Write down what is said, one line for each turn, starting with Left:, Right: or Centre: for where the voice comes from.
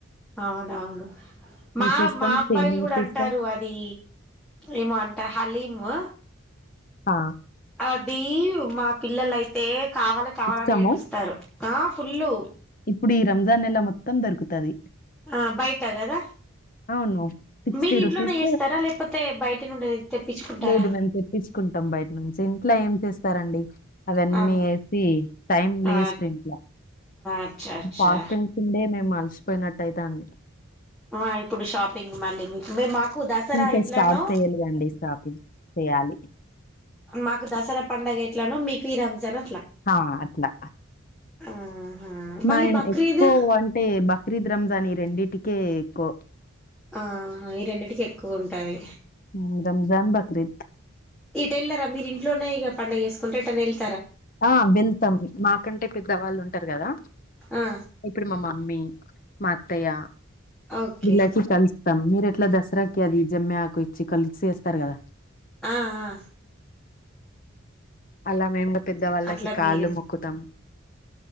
Centre: అవునవును మా
Left: చేస్తాం,
Centre: మా అబ్బాయిలు
Left: సేమియా
Centre: కూడా
Left: చేస్తాం.
Centre: అంటారు అది ఏమో అంటారు హలీ మ
Left: ఆ
Centre: అదివ్ మా పిల్లల అయితే కావాలి కావాలని
Left: ఇష్టము.
Centre: ఏడుస్తారు ఆ ఫుల్లు
Left: ఇప్పుడు ఈ రంజాన్ నెల మొత్తం దొరుకుతది
Centre: ఆ బయట కదా
Left: అవును సిక్స్టీ
Centre: మీరు ఇంట్లోనే
Left: రూపీస్
Centre: చేస్తారా లేకపోతే బయట నుండి తెప్పించుకుంటారా
Left: లేదు మేము తెప్పించుకుంటాం బయట్ నుంచి ఇంట్లో ఏం చేస్తారండి అవన్నీ
Centre: అం
Left: యేసి టైం వేస్ట్
Centre: ఆ
Left: ఇంట్లా
Centre: అచ్చా అచ్చా
Left: ఫాస్టింగ్స్ ఉండే మేము అల్స్ పోయినట్టు అయితంది
Centre: ఆ ఇప్పుడు షాపింగ్ మళ్ళీ మీకు మేమ్ మా కు దసరా
Left: ఇంకా
Centre: ఎంట్లనో
Left: స్టార్ట్ చేయలేదండి షాపింగ్. చేయాలి.
Centre: మాకు దసరా పండగ ఎ ఎట్లనో మీక్ ఇ రమ్ జాన్
Left: ఆ అట్లా
Centre: ఆహా మళ్ళీ
Left: మైమ్
Centre: బక్రీద్
Left: ఎక్కువంటే బక్రీద్ రంజాన్ ఈ రెండిట్ కే కో
Centre: ఆ ఈ రెండింటికి ఎక్కువ ఉంటది
Left: హ్మ్. రంజాన్, బక్రీద్.
Centre: ఎట్ యేళ్లరా మీరు ఇంట్లోనే ఇక పండగ చేేసుకుంటే ఎట్ అన్న ఎల్
Left: ఆ వెల్తమ్ మా కంటే పెద్దవాళ్ళు ఉంటారు కదా
Centre: ఆ
Left: ఎప్పుడు మమ అమ్మీ మా అత్తయ్య
Centre: ఓకే
Left: వీళ్లకి కలుస్తమ్ మీర్ ఇట్లా దసరాకి అది జమ్మి ఆకు ఇచ్చి కలిసేస్తారు కదా
Centre: ఆ ఆ
Left: అలా మేమ్ పెద్దవాళ్ళకి
Centre: అట్లా
Left: కాళ్ళు
Centre: మీరు
Left: మొక్కుతాం